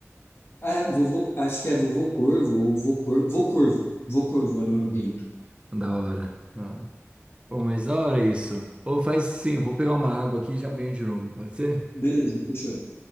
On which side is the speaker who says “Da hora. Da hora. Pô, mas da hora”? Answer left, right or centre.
Right